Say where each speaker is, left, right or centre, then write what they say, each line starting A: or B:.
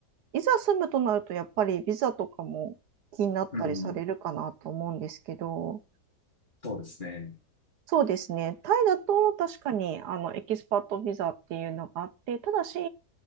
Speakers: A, on the right (about 75°); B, on the left (about 30°).
A: いざ住むとなると、やっぱりビザとかも気になったりされるかなと思うんですけど、
B: うん。そうですね。
A: そうですね、タイだと確かにあのエキスパートビザっていうのがあって、ただし、